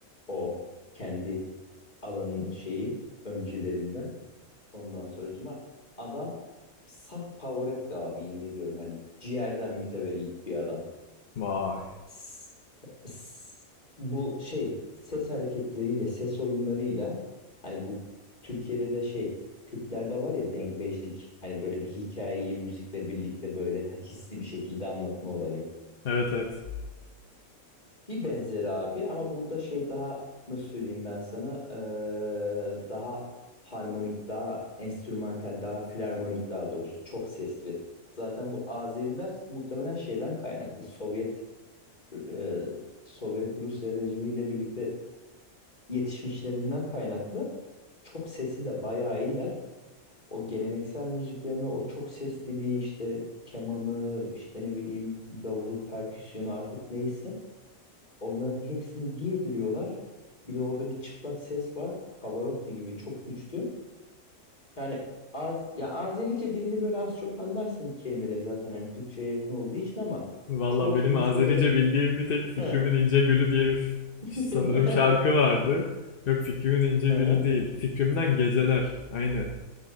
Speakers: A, on the left; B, on the left.
A: o kendi alanının şeyi öncülerinden. Ondan sonracıma adam saf Pavarotti abi yemin ediyorum hani ciğerden mütevellit bir adam.
B: Vay.
A: S- s- Bu şey ses hareketleriyle ses oyunlarıyla hani bu Türkiye'de de şey Kürtlerde var ya denkbejlik hani böyle bir hikayeyi müzikle birlikte böyle hisli bir şekilde anlatma olayı.
B: Evet evet.
A: Bir benzeri abi ama burada şey daha nasıl söyleyeyim ben sana eee, daha harmonik, daha enstrümantal, daha filarmonik daha doğrusu çok sesli. Zaten bu Azeriler muhtemelen şeyden kaynaklı Sovyet eee, Sovyet Rusya rejimiyle birlikte yetişmişlerinden kaynaklı çok sesi de bayağı iyiler. O geleneksel müziklerine o çok sesliliği işte kemanı işte ne bileyim davulu perküsyonu artık neyse Onların hepsini bir yediriyorlar. Bir de orada bir çıplak ses var. Pavarotti gibi çok güçlü. Yani az ya Azerice dilini böyle az çok anlarsın kelimeleri zaten hani Türkçeye yakın olduğu için ama
B: Valla
A: çoğu kelimesi
B: benim Azerice
A: de böyle
B: bildiğim bir tek Fikrimin
A: Hı.
B: İnce Gülü diye bir f-
A: <laughs>
B: sanırım şarkı vardı. Yok Fikrimin İnce
A: Hı
B: Gülü
A: hı.
B: değil. Fikrimden Geceler. Aynen.